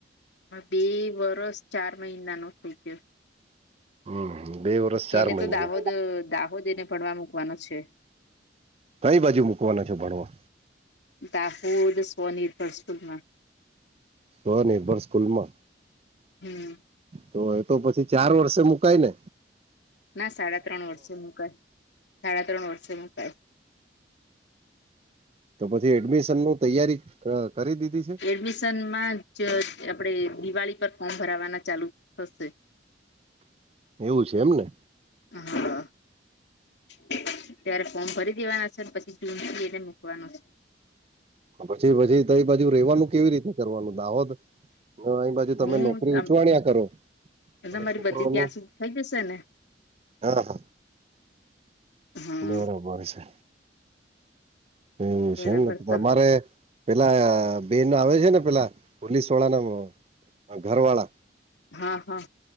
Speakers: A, on the left; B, on the right.
A: હ બે વરસ ચાર મહિના નો થઇ ગયો
B: હમ બે ચાર
A: એને
B: મહિના
A: તો દાહોદ દાહોદ એને ભણવા મૂકવાનો છે
B: કઈ બાજુ મૂકવાના છો ભણવાો
A: દાહોદ સ્વનિર્ભર સ્કૂલમાં
B: સ્વનિર્ભર સ્કૂલ માં
A: હમ
B: તો એ તો પછી ચાર વર્ષે મુકાય ને
A: ના સાડા ત્રણ વર્ષે મુું કઈ સાડા ત્રણ વર્ષે મુું કઈ
B: તો પછી એડમિશન ન તૈયારી કરી દીધી છે
A: એડમિશનમાં જ આપણેે દિવાળી પર ફોર્મ ભરાવાના ચાલુ થશે
B: એવું છે એમને
A: હા ત્યારે ફોર્મ ભરી દેવાના છે પછી જૂનથી એને મૂકવાનો છે
B: પછી પછી તો બાજુ રેવાનું કેવી રીતે કરવાનું દાવોદ બાજુ તમે
A: હું
B: નોકરી ઉચવાણિયા
A: આમ
B: કરો
A: તમારી
B: અને છોકરોનું
A: બધી ત્યાં સુધી થઈ જશે ને
B: હા હા
A: હા
B: બરોબર છે હમ
A: બરાબર
B: છેમ નથી તમારે
A: તો
B: પેલા બે ન આવે છે ને પેલા પોલીસ વાળા ના ઘર વાળા
A: હા હા